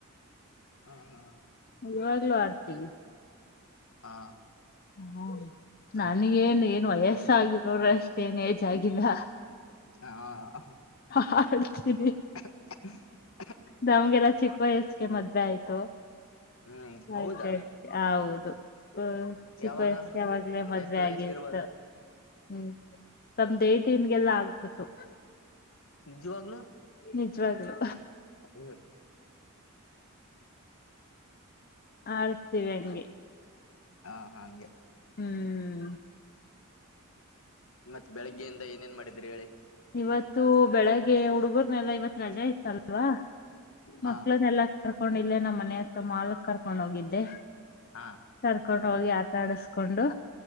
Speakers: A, on the left (about 65°); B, on the left (about 45°).
A: ಹಾ ಹಾ
B: ಇವಾಗ್ಲೂ ಆಡ್ತೀವಿ
A: ಹಾ
B: ಹ್ಮ
A: ಹಂಗೆ
B: ನನ್ಗೇನ್ ಏನ್ ವಯಸ್ಸ ಆಗಿರೋರ ಅಷ್ಟೇಏನ್ ಏಜ್ ಆಗಿಲ್ಲ.
A: ಹಾ
B: ಅ ಅ ಹಾತರಿ
A: <inaudible>
B: ನಮ್ಗೆಲ್ಲ ಚಿಕ್ಕ ವಯಸ್ಸಗೆ
A: ಹ್ಮ್
B: ಮದ್ವೆ ಆಯ್ತು.
A: ಹ್ಮ್ ಹೌದಾ
B: ಆಯ್ತ ಆಯ್ತು ಹೌದು ಹ ಚಿಕ್ಕ
A: ಯಾವಾಗ
B: ವಯಸ್ಗೆ ಆವಾಗ್ಲೇ ಮದ್ವೆ
A: ಎಷ್ಟು ವಯಸ್ಸ
B: ಆಗಿತ್ತು.
A: ಇರುವಾಗ
B: ಹ್ಮ್ ನಮ್ದು ಹೆಟಿನ್ಗೆಲ್ಲಾ ಆಗ್ಬುತು
A: ನಿಜವಾಗಲೂ
B: ನಿಜವಾಗ್ಲು
A: ಹ್ಮ್
B: ಆಡ್ತೀವಿ ಹಂಗೆ
A: ಹ ಹಗೆ
B: ಹ್ಮ್
A: ಮತ್ ಬೆಳಗ್ಗೆಯಿಂದ ಏನೇನ್ ಮಾಡಿದ್ರಿ ಹೇಳಿ
B: ಇವತ್ತು ಬೆಳಿಗ್ಗೆ ಹುಡುಗರ್ನೆಲ್ಲ ಇವತ್ ರಜೆ ಇತ್ತಲ್ವಾ ಮಕ್ಳನ್ನೆಲ್ಲಾ
A: ಹಾ
B: ಕರ್ಕೊಂಡಿ ಇಲ್ಲೇ ನಮ್ಮ್ ಮನೆ ಹತ್ರ ಮಾಲ್ಕ್ ಕರ್ಕೊಂಡ್ ಹೋಗಿದ್ದೆ
A: ಹಾ
B: ಕರ್ಕೊಂಡ್ ಹೋಗಿ ಆಟ ಆಡಿಸಸ್ಕೊಂಡು